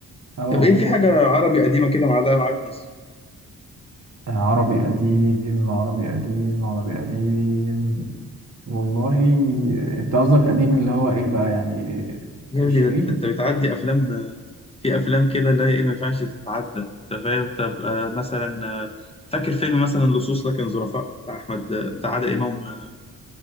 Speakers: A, on the right (about 55°); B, on the left (about 15°).
A: اه
B: طب ايه
A: بالظبط
B: في حاجه عربي قديمه كده معلقه معاك مثلا
A: عربي قديم عربي قديم عربي قديم والله انت قصدك قديم اللي هو ايه بقى يعني
B: يا
A: عشرين
B: ابني ده انت أنت بتعدي افلام في افلام كده لا ايه ما ينفعش تتعدى انت فاهم طب آه، مثلا آه، فاكر فيلم مثلا لصوص لكن ظرفاء بتاع احمد آه، بتاع عادل امام آه،